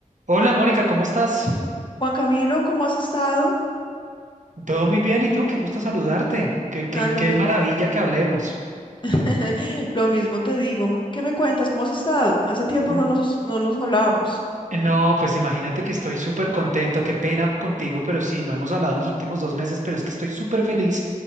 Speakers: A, on the right (about 60°); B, on the left (about 35°).
A: Hola Mónica, ¿cómo estás?
B: Juan Camilo, ¿cómo has estado?
A: Todo muy bien, ¿y tú? Qué gusto saludarte. Qué, qué,
B: Ah, lo
A: qué
B: mismo.
A: maravilla que hablemos.
B: <laughs> Lo mismo te digo. ¿Qué me cuentas? ¿Cómo has estado? Hace tiempo
A: Mm,
B: no nos, no nos hablábamos.
A: No, pues imagínate que estoy súper contento, qué pena contigo, pero sí, no hemos hablado en los últimos dos meses, pero es que estoy súper feliz